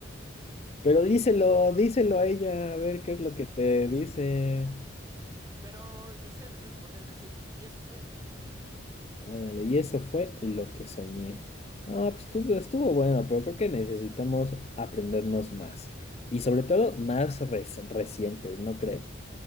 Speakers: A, on the left (about 30°); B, on the right (about 20°).
A: Pero díselo, díselo a ella, a ver qué es lo que te dice.
B: Pero yo sé responder, decir, y eso fue lo que soñé.
A: Bueno, y eso fue lo que soñé. Ah, pues estuvo, estuvo bueno, pero creo que necesitamos aprendernos más. Y sobre todo más res- recientes, ¿no crees?